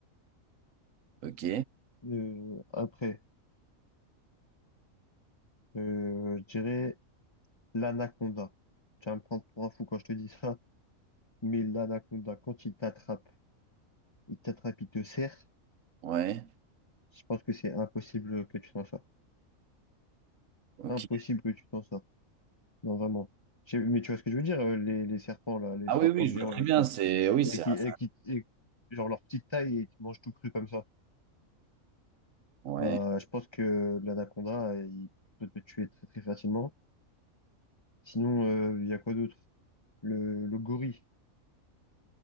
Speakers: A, on the right; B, on the left.
A: Ok.
B: Euh, après, euh, je dirais l'anaconda. Tu vas me prendre pour un fou quand je te dis ça, mais l'anaconda, quand il t'attrape, il t'attrape, il te serre,
A: Ouais.
B: je pense que c'est impossible que tu t'en sortes.
A: Ok.
B: Impossible que tu t'en sortes. Non, vraiment. Je- Mais tu vois ce que je veux dire, euh, les, les serpents, là, les
A: Ah
B: serpents
A: oui, oui,
B: géants,
A: je vois très
B: là,
A: bien.
B: qui,
A: C'est oui,
B: et
A: c'est
B: qui,
A: un-
B: et qui, et- genre leur petite taille et qui mangent tout cru comme ça.
A: ouais.
B: Bah, je pense que l'anaconda, il peut te tuer très, très facilement. Sinon, euh, il y a quoi d'autre? Le, le gorille.